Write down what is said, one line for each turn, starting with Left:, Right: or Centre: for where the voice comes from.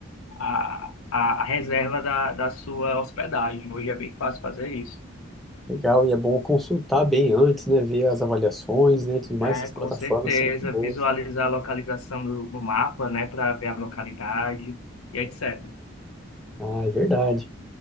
Left: a, a, a reserva da, da sua hospedagem. Hoje é bem fácil fazer isso.
Centre: Legal, e é bom consultar bem antes, né? Ver as avaliações, né, e tudo mais.
Left: É,
Centre: Essas
Left: com
Centre: plataformas
Left: certeza,
Centre: são muito boas.
Left: visualizar a localização no, no mapa, né, para ver a localidade e etc.
Centre: Ah, é verdade.